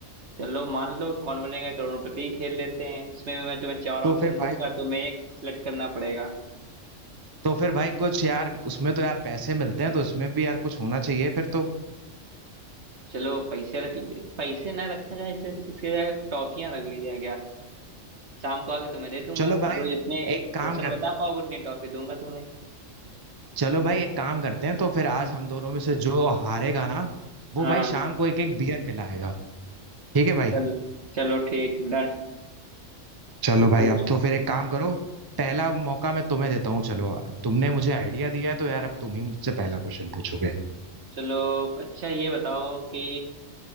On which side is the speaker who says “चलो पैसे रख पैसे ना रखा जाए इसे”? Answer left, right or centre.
Right